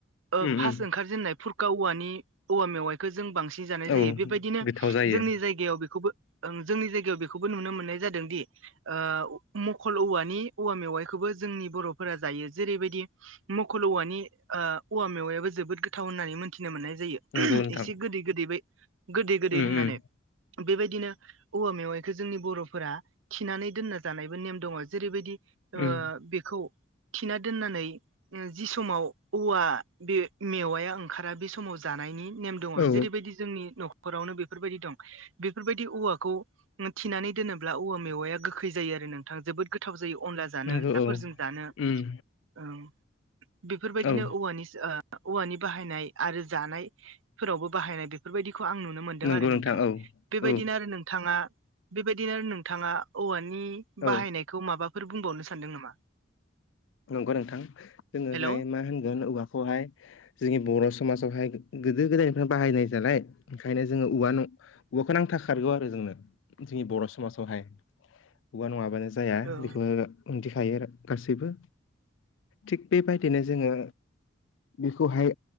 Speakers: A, on the right; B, on the left.
A: ओ
B: उम
A: फास
B: उम
A: ओंखार जेनाय फुर खावानि औवा मेवायखौ जों बांसिन जानाय जायो
B: औ
A: बेबायदिनो
B: गोथाव जायो
A: जोंनि जाय जायगायाव बेखौबो जोंनि जायगायाव बेखौबो नुनो मोननाय जादों दि ओ मखल औवानि औवा मेवाइखोबो जोंनि बर'फोरा जायो जेरैबायदि मखल औवानि ओ औवा मेवायाबो जोबोद गोथाव होननानै मोन्थिनो मोननाय जायो।
B: नंगौ नोंथां
A: एसे गोदै गोदै बाय गोदै गोदै
B: उम
A: होननानै
B: उम
A: बेबायदिनो औवा मेवायखो जोंनि बर'फोरा थिनानै दोनना जानायबो नेम दङ जेरैबायदि ओ
B: उम
A: बेखौ थिना दोननानै जि समाव औवा बे मेवाया ओंखारा बे समाव जानायनि नेम दङ
B: औ
A: जेरैबादि जोंनि न'खरावनो बेफोर बादि दं बेफोर बादि औवाखौ थिनानै दोनोब ब्ला औवा मेवाया गोखै जायो आरो नोंथां जोबोद गोथाव जायो अनला जानो
B: नंगौ
A: नाफोरजों
B: औ
A: जानो।
B: उम
A: ओं बेफोरबायदिनो
B: औ
A: औवानिस ओ औवानि बाहायनाय आरो जानायफोरावबो बाहायनाय बेफोरबायदिखौ आं नुनो मोन मोनदों
B: नंगौ
A: आरो नोंथां
B: औ
A: बेबायदिनो
B: औ
A: आरो नोंथाङा बेबायदिनो नोंथाङा औवानि
B: औ
A: बाहायनायखौ माबाफोर बुंबावनो सानदों नामा?
B: नंगौ नोंथां जोङोहाय
A: हेलौ
B: मा होनगोन औवाखौहाय जोंनि बर' समाजावहाय गोदो गोदायनिफ्राय बाहायनाय जालाय ओंखायनो जोङो औवा न' अवाखै नांथाखा खाथारगौ आरो जोंनो जोंनि बर' समाजावहाय औवा नङाबानो जाया
A: औ
B: बेखौ उन्थिखायो गासैबो थिग बेबायदिनो जोङो बेखौहाय